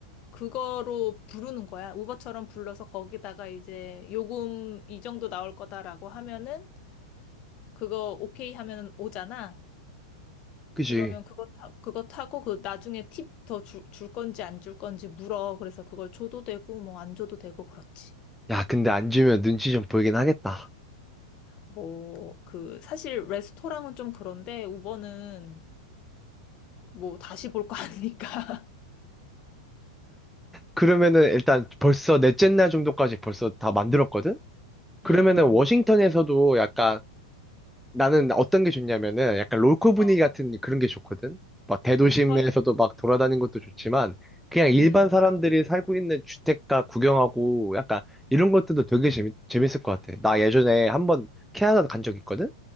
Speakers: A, on the left (about 35°); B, in the centre.
A: 그거로 부르는 거야. 우버처럼 불러서 거기다가 이제 요금 이 정도 나올 거다라고 하면은 그거 오케이 하면은 오잖아.
B: 그지.
A: 그러면 그거 타, 그거 타고 그 나중에 팁 더 줄, 줄 건지 안 줄 건지 물어. 그래서 그걸 줘도 되고 뭐 안 줘도 되고 그렇지.
B: 야, 근데 안 주면 눈치 좀 보이긴 하겠다.
A: 뭐 그 사실 레스토랑은 좀 그런데 우버는 뭐 다시 볼 거 아니니까.
B: 그러면은 일단 벌써 넷째 날 정도까지 벌써 다 만들었거든? 그러면은
A: <laughs> 응,
B: 워싱턴에서도 약간 나는 어떤 게 좋냐면은 약간 롤코 분위기
A: 응. 어.
B: 같은 그런 게 좋거든. 막 대도심에서도
A: 로컬?
B: 막 돌아다니는 것도 좋지만 그냥 일반
A: 응.
B: 사람들이 살고 있는 주택가 구경하고 약간 이런 것들도 되게 재밌, 재밌을 것 같아. 나 예전에 한번 캐나다 간 적 있거든?